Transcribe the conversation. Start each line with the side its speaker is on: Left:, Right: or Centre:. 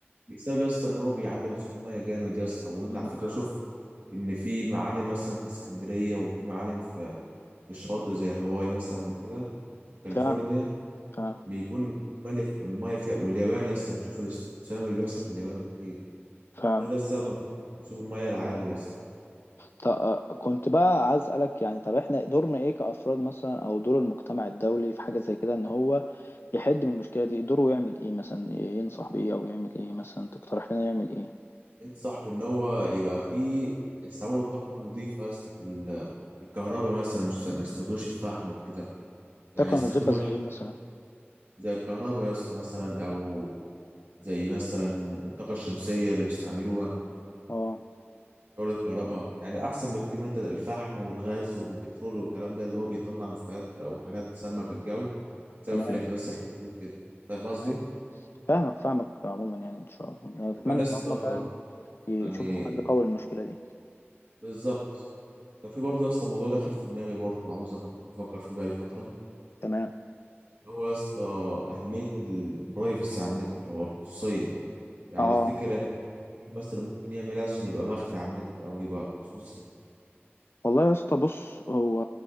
Right: بسبب يا اسطى إن هو بيعلي مسؤول مية جامد يا اسطى وأنت
Left: مم.
Right: على فكرة شفت إن في معالم مثلا في اسكندرية وفي معالم في في الشواطئ زي هاواي مثلا وكده كاليفورنيا
Left: فعلا فعلا
Right: بيكون ملف المايه فيها واليابان يا اسطى تشوف الاست- التسونامي اللي بيحصل في اليابان كتير
Left: فعلا
Right: كل ده بسبب منسوب منسوب المايه العالي يا اسطى
Left: طب آه، كنت بقى عايز أسألك يعني طب احنا دورنا ايه كأفراد مثلا او دور المجتمع الدولي في حاجة زي كده ان هو يحد من المشكلة دي دوره يعمل ايه مثلا ينصح بإيه او يعمل ايه مثلا تقترح لنا يعمل ايه
Right: انصح بان هو يبقى فيه يستعملوا الطاقه النظيفه يا اسطى في ال- في الكهرباء مثلا مش ما يستخدموش الفحم وكده يعني
Left: ده كان
Right: يستخدموا
Left: وظيفة زي
Right: الح-
Left: ايه مثلا
Right: زي الكهرباء يا اسطى مثلا او زي مثلا الطاقه الشمسيه اللي بيستعملوها
Left: اه
Right: تولد الكهرباء يعني احسن بكتير من انت الفحم والغاز والبترول والكلام ده اللي هو بيطلع نفايات او حاجات سامه في الجو بسبب
Left: تمام
Right: في الاحتباس الحراري وكده فاهم قصدي
Left: تمام فاهمك فاهمك عموما يعني ان شاء الله يعني اتمنى
Right: وكان يا اسطى
Left: ان هم فعلا يشوفوا
Right: يعني
Left: حل قوي للمشكلة دي
Right: بالظبط كان في برضه يا اسطى الموضوع دخل في دماغي برضه وعاوز أفك- بفكر فيه بقالي فترة
Left: تمام
Right: هو يا اسطى أهمية البرايفسي على النت اللي هو الخصوصية يعني
Left: اه
Right: تفتكر إحنا الواحد مثلا ممكن يعمل ايه عشان يبقى مخفي على النت او يبقى خصوصي
Left: والله يا اسطى بص هو